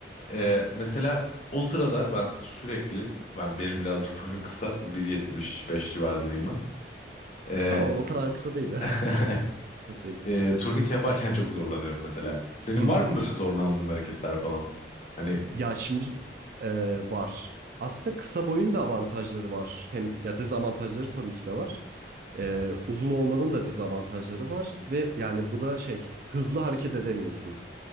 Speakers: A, on the left; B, on the right.
A: Ee, mesela o sırada ben sürekli ben benim birazcık <laughs> boyum kısa 1.75 civarındayım ben. Ee,
B: Tamam, o kadar kısa değil ya.
A: <laughs>
B: <laughs> Biraz. Çok değil.
A: ee, turnike yaparken çok zorlanıyorum mesela. Senin
B: Hmm.
A: var mı böyle zorlandığın hareketler falan? Hani
B: Ya şimdi e, var. Aslında kısa boyun da avantajları var. Hem ya dezavantajları tabii ki de var. Ee, uzun olmanın da dezavantajları var ve yani bu da şey hızlı hareket edemiyorsun.